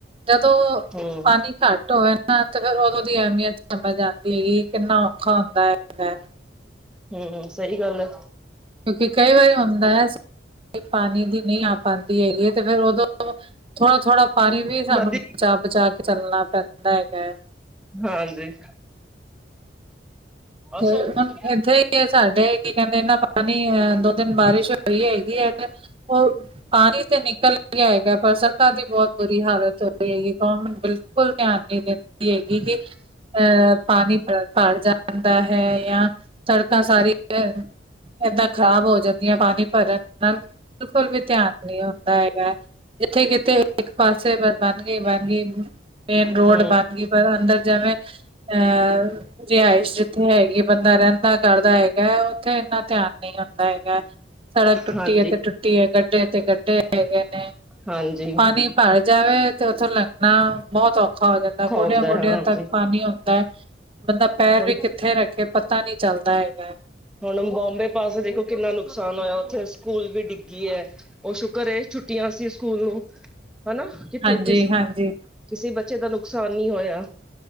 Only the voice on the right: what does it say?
ਜਦੋਂ
ਪਾਣੀ ਘੱਟ ਹੋਵੇ ਨਾ ਤੇ ਫਿਰ ਉਦੋਂ ਦੀ ਅਹਿਮੀਅਤ ਸਮਝ ਆਉਂਦੀ ਹੈਗੀ ਕਿੰਨਾ ਔਖਾ ਹੁੰਦਾ ਹੈ।
ਕਿਉਂਕਿ ਕਈ ਵਾਰੀ ਹੁੰਦਾ ਹੈ ਪਾਣੀ ਦੀ ਨਹੀਂ ਆ ਪਾਉਂਦੀ ਹੈਗੀ ਹੈ ਤੇ ਫਿਰ ਉਦੋਂ ਥੋੜਾ- ਥੋੜਾ ਪਾਣੀ ਵੀ ਸਾਨੂੰ
ਬਚਾ ਬਚਾ ਕੇ ਚੱਲਣਾ ਪੈਂਦਾ ਹੈਗਾ।
ਤੇ ਹੁਣ ਇੱਥੇ ਹੀ ਸਾਡੇ ਕੀ ਕਹਿੰਦੇ ਇਹ ਨਾ ਪਾਣੀ ਅ ਦੋ ਦਿਨ ਬਾਰਿਸ਼ ਹੋਈ ਹੈਗੀ ਹੈ ਤੇ ਉਹ ਪਾਣੀ ਤੇ ਨਿਕਲ ਨਿਕਲ ਗਿਆ ਹੈਗਾ ਪਰ ਸੜਕਾਂ ਤੇ ਬਹੁਤ ਬੁਰੀ ਹਾਲਤ ਹੋ ਰਹੀ ਹੈਗੀ ਗੌਰਰਮੈਂਟ ਬਿਲਕੁਲ ਧਿਆਨ ਨਹੀਂ ਦੇਦੀ ਗੀ ਕਿ ਅਹ ਪਾਣੀ ਭਰ ਜਾਂਦਾ। ਦਾ ਹੈ ਜਾਂ ਸੜਕਾਂ ਸਾਰੀਆਂ ਏਦਾਂ ਖ਼ਰਾਬ ਹੋ ਜਾਂਦੀਆਂ ਪਾਣੀ ਭਰਨ ਨਾਲ। ਬਿਲਕੁਲ ਵੀ ਧਿਆਨ ਨਹੀਂ ਹੁੰਦਾ ਹੈਗਾ, ਜਿੱਥੇ ਕਿਤੇ ਇੱਕ ਪਾਸੇ ਪਰ ਬਣ ਗਈ ਬਣ ਗਈ ਮੇਨ ਰੋਡ
ਬਣ ਗਈ ਪਰ ਅੰਦਰ ਜਵੇਂ ਅਹ ਰਿਹਾਇਸ਼ ਜਿੱਥੇ ਹੈਗੀ ਬੰਦਾ ਰਹਿੰਦਾ ਕਰਦਾ ਹੈਗਾ ਹੈ ਉੱਥੇ ਇੰਨਾ ਧਿਆਨ ਨਹੀਂ ਹੁੰਦਾ ਹੈਗਾ। ਸੜਕ ਟੁੱਟੀ
ਹੈ ਤੇ ਟੁੱਟੀ ਹੈ ਖਡੇ ਤੇ ਖਡੇ ਹੈਗੇ ਨੇ
ਪਾਣੀ ਪਾਣੀ ਭਰ ਜਾਵੇ ਤੇ ਉੱਥੋਂ ਲੰਘਣਾ ਬਹੁਤ ਔਖਾ ਔਖਾ ਹੋ ਜਾਂਦਾ ਗੋਡਿਆਂ,
ਗੋਡਿਆਂ
ਤੱਕ ਪਾਣੀ ਆ ਜਾਂਦਾ ਹੈ ਬੰਦਾ ਪੈਰ
ਵੀ ਕਿੱਥੇ ਕਿੱਥੇ ਰੱਖੇ ਪਤਾ ਨੀ ਚੱਲਦਾ ਹੈਗਾ।
ਹਾਂਜੀ
ਹਾਂਜੀ।